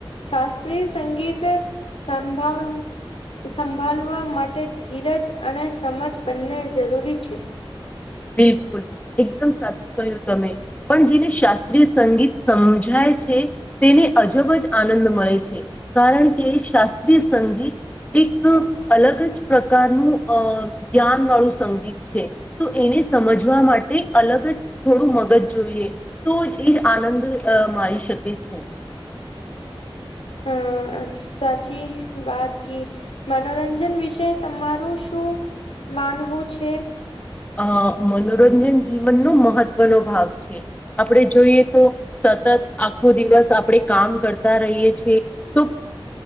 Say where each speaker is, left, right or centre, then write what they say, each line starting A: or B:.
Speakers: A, on the left (about 85°); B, on the left (about 15°).
A: શાસ્ત્રીય સંગીત સંભવ સંભાળવા માટે ધીરજ અને સમજ બંને જરૂરી છે
B: બિલકુલ એકદમ સાચું કહ્યું તમે પણ જેને શાસ્ત્રીય સંગીત સમજાય તેને અજબ જ આનંદ મળે છે કારણ કે શાસ્ત્રીય સંગીત એક અલગ જ પ્રકારનું અ જ્ઞાન વાળું સંગીત છે તો એને સમજવા માટે અલગ જ થોડું મગજ જોઈએ તો એ જ આનંદ મા આવી શકે છે
A: હમ સાચી વાત કે મનોરંજન વિશે તમારું શું માનવું છે
B: આ મનોરંજન જીવનનો મહત્વનો ભાગ છે આપણે જોઈએ તો સતત આખો દિવસ આપણે. કામ કરતા રહીએ છ છીએ તો